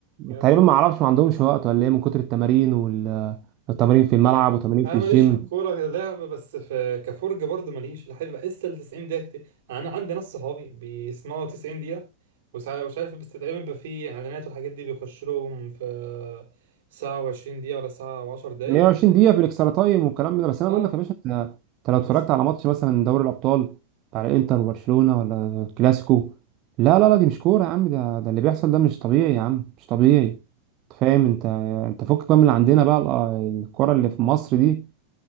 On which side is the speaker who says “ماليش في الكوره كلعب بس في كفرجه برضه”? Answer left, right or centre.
Right